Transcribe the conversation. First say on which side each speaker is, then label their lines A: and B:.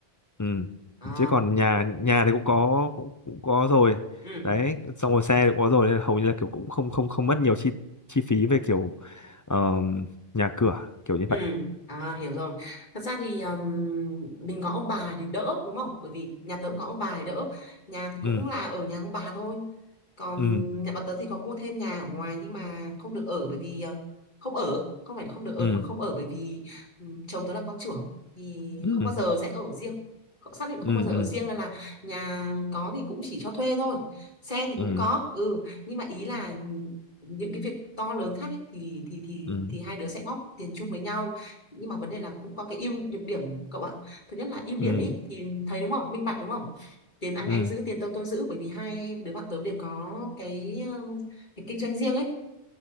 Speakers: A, on the left (about 30°); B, on the left (about 45°).
A: ừ
B: ờ
A: chứ còn nhà nhà thì cũng có cũng cũng có rồi
B: ừ
A: đấy xong rồi xe thì cũng có rồi nên là hầu như là kiểu cũng không không không mất nhiều chi chi phí về kiểu ờm, nhà cửa kiểu như
B: Ừ,
A: vậy
B: à, hiểu rồi. Thật ra thì um, mình có ông bà thì đỡ đúng không? Bởi vì nhà tớ cũng có ông bà thì đỡ. Nhà thì cũng
A: ừ
B: là ở nhà ông bà thôi. Còn
A: ừ
B: nhà bà tớ thì có mua thêm nhà ở ngoài nhưng mà không được ở bởi vì uh, không ở, không phải là không được ở
A: ừ
B: mà không ở bởi vì um, chồng tớ là con trưởng thì
A: ừ
B: không bao giờ sẽ ở riêng. Cậu xác định không
A: ừ
B: bao giờ ở
A: ừ
B: riêng nên là nhà có thì cũng chỉ cho thuê thôi. Xe thì
A: ừ
B: cũng có, ừ, nhưng mà ý là những cái việc to lớn khác ấy, thì thì thì
A: ừ
B: thì hai đứa sẽ góp tiền chung với nhau nhưng mà vấn đề là cũng có cái ưu nhược điểm cậu ạ thứ nhất là ưu điểm
A: ừ
B: ấy thì thấy đúng không minh bạch đúng không tiền anh
A: ừ
B: anh giữ tiền tôi tôi giữ bởi vì hai đứa bạn tớ đều có cái, um, cái kinh doanh riêng ấy